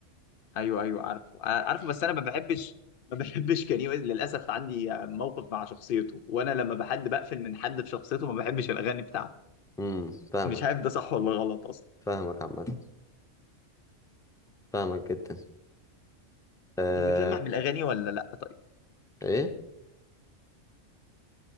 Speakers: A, on the left; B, in the centre.
A: ايوه ايوه عارفه ع- عارفه بس انا ما بحبش ما بحبش كان يوز- للاسف عندي موقف مع شخصيته وانا لما بحد بقفل من حد في شخصيته ما بحبش الاغاني بتاعته
B: امم فاهمك
A: مش عارف ده صح ولا غلط اصلا
B: فاهمك عامه فاهمك جدا أه
A: بتلمح بالاغاني ولا لا طيب
B: ايه